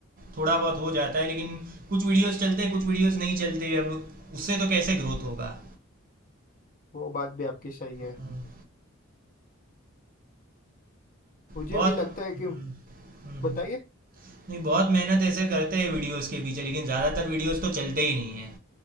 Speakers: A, on the right; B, on the left.
A: थोड़ा बहुत हो जाता है लेकिन कुछ वीडियोस चलते हैं कुछ वीडियोस नहीं चलते अब उससे तो कैसे ग्रोथ होगा
B: वो बात भी आपकी सही
A: हम्म,
B: है मुझे
A: बहुत
B: भी लगता है
A: हम्म,
B: कि
A: हम्म।
B: बताइए
A: नहीं बहुत मेहनत ऐसे करते हैं वीडियोस के पीछे लेकिन ज़्यादातर वीडियोस तो चलते ही नहीं है